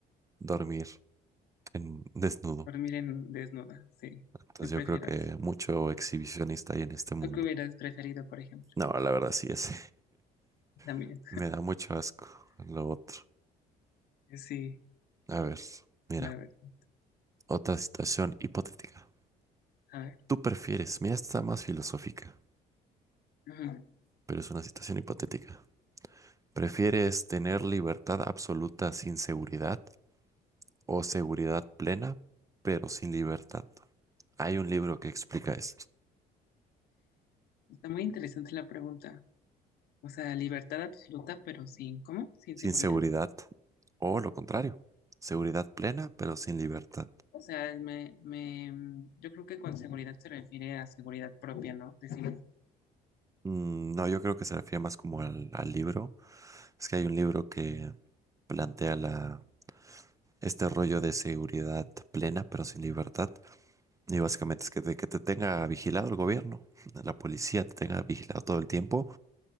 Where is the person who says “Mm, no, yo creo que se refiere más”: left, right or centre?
Right